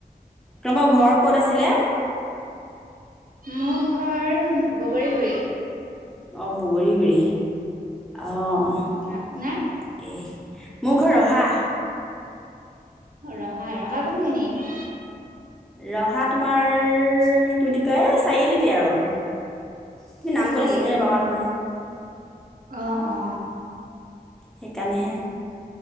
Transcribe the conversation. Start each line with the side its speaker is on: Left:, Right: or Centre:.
Centre: তোমালোকৰ ঘৰ ক'ত আছিলে?
Right: মোৰ ঘৰ বগৰীগুৰি।
Centre: অ বগৰীগুৰী। অ তাকেই।
Right: উম আপোনাৰ
Centre: মোৰ ঘৰ ৰহা।
Right: ৰহা ৰহা কোনখিনিত?
Centre: ৰহা তোমাৰ কি বুলি কয় এ চাৰিআলিতে আৰু। তুমি নাম
Right: অ
Centre: ক'লে
Right: চাৰিআলিতে
Centre: চিনি নাপাবা নহয়
Right: অ অ।
Centre: সেইকানেহে